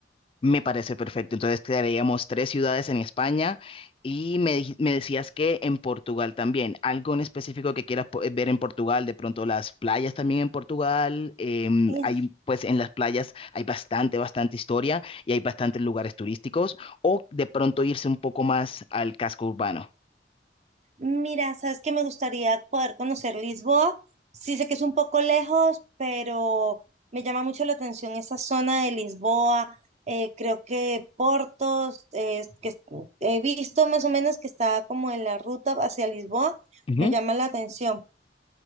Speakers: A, on the left; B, on the right.
A: Me parece perfecto. Entonces crearíamos tres ciudades en España y me, dij- me decías que en Portugal también. ¿Algo en específico que quieras po- eh, ver en Portugal? De pronto las playas también en Portugal. em,
B: Eh,
A: hay, pues en las playas hay bastante, bastante historia y hay bastantes lugares turísticos. O de pronto irse un poco más al casco urbano.
B: Mira, sabes que me gustaría poder conocer Lisboa. Sí sé que es un poco lejos, pero me llama mucho la atención esa zona de Lisboa. Eh, creo que Portos, eh, que es- he visto más o menos que está como en la ruta hacia Lisboa,
A: Ujú.
B: me llama la atención.